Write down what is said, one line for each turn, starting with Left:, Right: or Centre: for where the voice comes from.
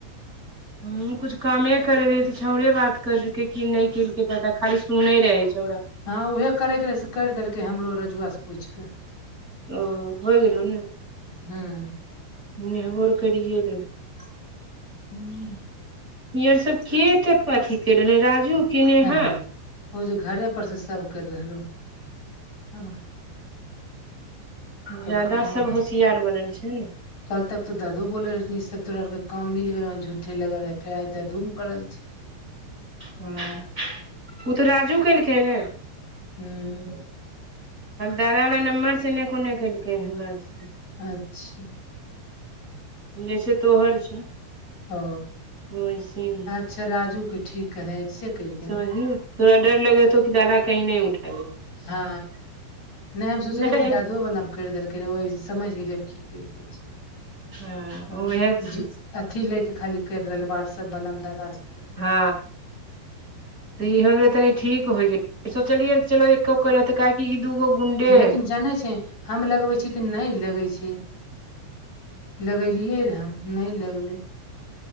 Right: ह कछु कामे करे रही तऽ छौड़े बात कर देल की नहि केलक पता खाली सुने रहे छौड़ा
Left: हँं उहे करैके रहै से कइर देलकै हमरो रजुआ से पूइछ के
Right: ओ होइ गेलौ ने
Left: ह्म।
Right: मेहबोर करियए देलक
Left: हूं
Right: इ आर सब के एते पथी कर रहले राजू। कि नेहा
Left: ह ओ जे घरे पर से सब करि रहलहुब।
Right: ज्यादा
Left: कर रहलो।
Right: सब होशियार बनल छै न।
Left: कल तक तो दादो बोलऽ रहथिन ई सब तोरा अर के काम मिल गेलौ झूठे लगल रहे फेर आइ त धूम करल छी।
Right: हँ उ तऽ राजू केलकै न?
Left: ह्म।
Right: दादा मे नम्बर छलै कोने कैट के हन बस।
Left: अच्छा।
Right: जैसे तोहर छौ
Left: ओ
Right: वैसी में।
Left: अच्छा राजू के ठीक है से कैर।
Right: समझली तोरा डर लगैत हौ कि दादा कहीं नै उठा लै।
Left: हँ नै हम सोचलियै
Right: नहि
Left: कि दादुओ बला। कइर देलकै रौआ ई समैझ गेलै आब की करै के छै।
Right: हँ
Left: ह
Right: उएह चीज
Left: जे अथी लै के खाली कइर रहल वाट्सएप बला में दादा सब।
Right: ह। त ई हो गेल तनी ठीक होइयए सोचलियै चलो एको को लत काइल। ई दूगो गुंडे
Left: लेकिन जानै छै हम लगबै छी तऽ नै लगै छै। लगेलियै रहऽ हम नै लगलै।